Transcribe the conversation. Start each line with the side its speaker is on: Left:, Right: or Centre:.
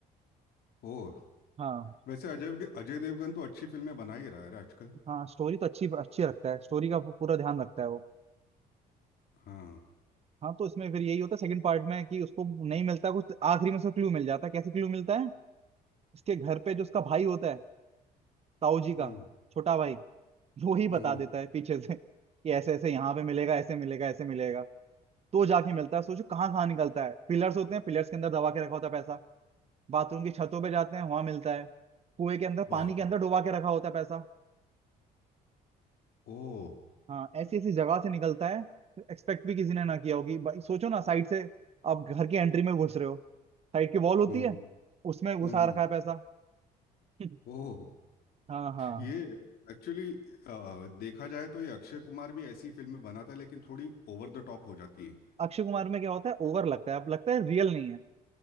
Left: ओह
Right: हाँ
Left: वैसे अजय अजय देवगन तो अच्छी फिल्में बना ही रहा है आजकल
Right: हाँ स्टोरी तो अच्छी अच्छी रखता है स्टोरी का पूरा ध्यान रखता है वो
Left: हाँ
Right: हाँ तो इसमें फिर यही होता है सेकंड पार्ट में कि उसको नहीं मिलता कुछ आखिरी में उसको क्लू मिल जाता है कैसे क्लू मिलता है इसके घर पे जो उसका भाई होता है ताऊ जी का
Left: हम्म
Right: छोटा भाई वो ही बता
Left: हम्म हम्म,
Right: देता है पीछे से <laughs> कि ऐसे ऐसे यहाँ पे मिलेगा ऐसे मिलेगा ऐसे मिलेगा तो जाके मिलता है सोचो कहाँ कहाँ निकलता है पिलर्स होते हैं पिलर्स के अंदर दबा के रखा होता है पैसा बाथरूम की छतों पे जाते हैं वहां मिलता है कुएं के अंदर
Left: बाप
Right: पानी के अंदर
Left: रे
Right: डुबा के रखा होता है पैसा
Left: ओह
Right: हाँ ऐसी ऐसी जगह से निकलता है एक्सपेक्ट भी किसी ने ना किया होगी भाई सोचो ना साइड से आप घर की एंट्री में घुस रहे हो साइड की वॉल होती
Left: हम्म
Right: है उसमें घुसा
Left: हम्म हम्म,
Right: रखा है पैसा <laughs>
Left: ओह
Right: हाँ हाँ
Left: ये एक्चुअली देखा जाए तो ये अक्षय कुमार भी ऐसी फिल्में बनाता है लेकिन थोड़ी ओवर द टॉप हो जाती है
Right: अक्षय कुमार में क्या होता है ओवर लगता है अब लगता है रियल नहीं है